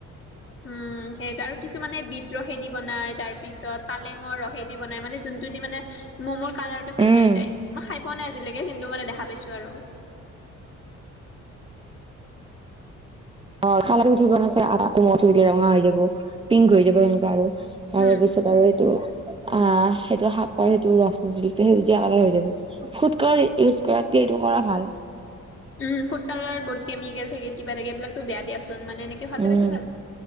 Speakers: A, on the left; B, on the right.
A: উম সেই আৰু কিছু মানে বিট ৰসেদি বনাই তাৰ পিছত পালেঙৰ ৰসেদি বনাই মানে যোনটো দি মানে মম কালাৰটো চেঞ্জ
B: উম
A: হৈ যায় মই খাই পোৱা নাই আজিলৈকে কিন্তু মানে দেখা পাইছোঁ আৰু <inaudible>
B: অ কালাৰো উঠিব বনাইছে আদটো মচি দিলে ৰঙা হৈ যাব পিংক হৈ যাব সেনেকুৱা আৰু তাৰ
A: উম
B: পিছত আৰু এইটো আ সেইটো শাকৰ সেইটো ৰস জিটো সেউজীয়া কালাৰ হৈ যাব ফুট ক্লাৰ ইউজ কৰাতকে এইটো কৰা ভাল
A: উম ফুড কালাৰ বহুত কেমিকেল থাকে কিবা থাকে এইবিলাকতো বেয়া দিয়াচোন মানে এনেকে খোৱাটো
B: উম
A: বেছি ভাল